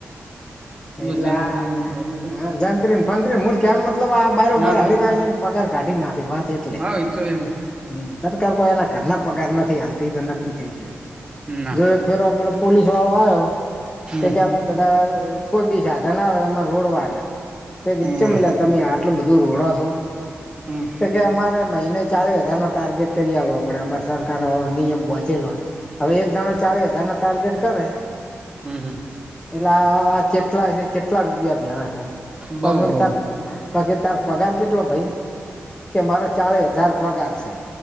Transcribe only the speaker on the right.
જંત્રીને
એવું કરવું પડે
હા
હા
હા એ તો એવું
ના
હમ
હોવે
હમ
હમ હમ
બઉ બઉ